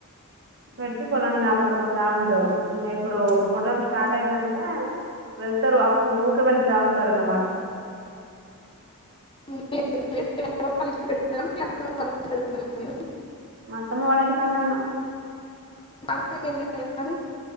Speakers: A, on the right; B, on the left.
A: పెట్టి పొలాన్ని కాపాడుకుంటా ఉంటరు ఇంగ ఇప్పుడు పొలం స్టార్ట్ అయిందంటే వెళ్తారు అప్పుడు ఊకె వెళ్తా ఉంటరు అనమాట
B: <unintelligible>
A: మా అత్తమ్మ వాలింటి కాన్నె ఉన్నమ్
B: అందు కెళ్ళలేదుమరీ